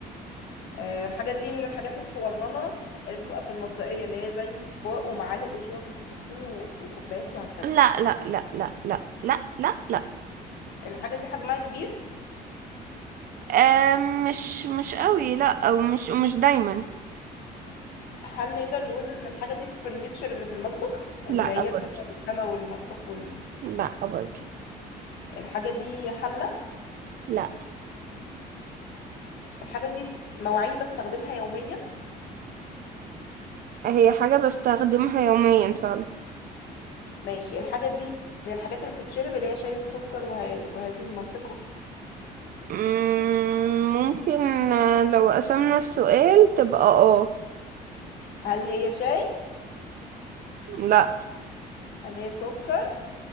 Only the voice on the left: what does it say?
آه، الحاجة دي من الحاجات الصغننة اللي بتبقى في المطبخية اللي هي زي أطباق ومعالق وشوك وسكاكين و- وكوبايات وهكذا
الحاجة دي حجمها كبير
هل نقدر نقول إن الحاجة دي الفرنتشر اللي في المطبخ اللي
هي بتبقى
الرخامة والمطبخ وال...
الحاجة دي حلة
الحاجة دي مواعين بستخدمها يوميا
ماشي الحاجة دي من الحاجات اللي بتتشرب اللي هي شاي وسكر وه... وهذه المنطقة
هل هي شاي
هل هي سكر